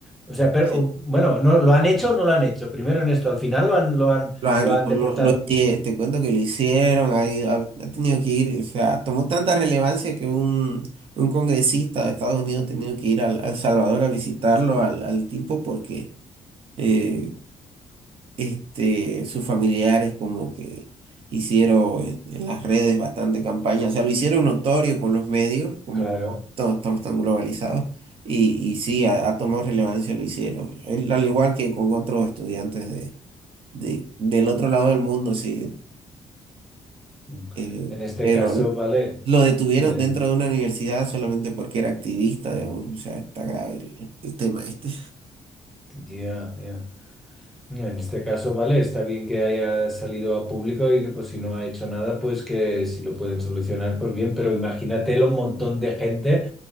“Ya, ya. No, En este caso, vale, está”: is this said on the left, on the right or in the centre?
Centre